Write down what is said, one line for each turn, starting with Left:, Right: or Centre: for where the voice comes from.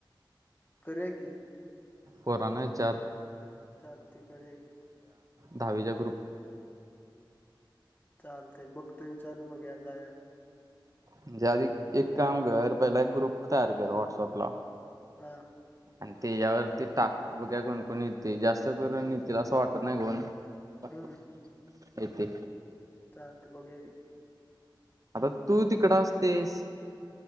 Left: करया के
Right: पोरांना विचार
Left: चालती करेग.
Right: दहावीचा ग्रुप
Left: चाल ते बुखत विचार मग जाया.
Right: म्हणजे आधी एक काम कर पहिला एक ग्रुप तयार कर व्हॉटसअपला
Left: हा.
Right: आणि त्याच्यावरती टाक बघ्या कोण कोण येते जास्त करून येतील असं वाटत नाही कोण? ब
Left: हम्म
Right: ते
Left: चालतय बघूया की
Right: आता तू तिकड असतेस